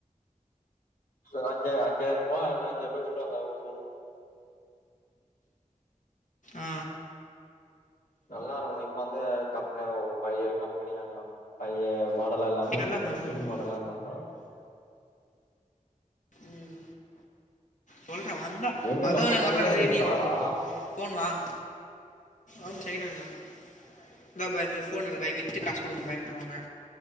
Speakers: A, on the left; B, on the left.
A: சு அஞ்சா அஞ்சாயிரபா இல்ன்னா அஞ்சாயிருபாகுள்ள வந்தா சொல்லு
B: ஆ
A: நல்லா இருக்கோல இப்ப வந்து கம்பனிய பய்ய கம்பனியாண்டதா பய்ய மாடலா இல்லாம
B: நல்ல
A: இப்ப
B: ஃபோன்
A: வந்து
B: தான்
A: புது
B: சொல்லுவான்
A: மாடல்லா இர்ந்தா பரவா
B: ம் சொல்றே வந்தா
A: எப்டி
B: அதுவு
A: உங்க
B: <unintelligible> எங்க
A: கடையில
B: அப்பா ஏதாவது
A: வந்து வித்துருவாங்களா
B: இடி போறா போ ஃபோன் வாங் ஆமா செகனன்ட்தா இந்த பாய் இந்த ஃபோன்னு இருக்கு பாய் வித்து காசு குடுங்க பாய்ன்றுவாங்க